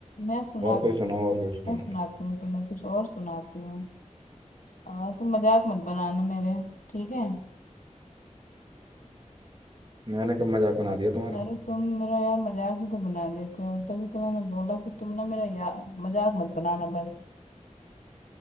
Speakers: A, on the left (about 85°); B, on the right (about 40°).
A: मैं सुना
B: और कोई सुनाओ और कोई सुनाओ
A: मैं सुनाती हूँ तुम्हें कुछ और सुनाती हूँ आ, तुम मजाक मत बनाना मेरे ठीक है
B: मैंने कब मजाक बना दिया तुम्हारा
A: अरे तुम मेरा यार मजाक ही तो बना देते हो तभी तो मैंने बोला कि तुम ना मेरा या मजाक मत बनाना बस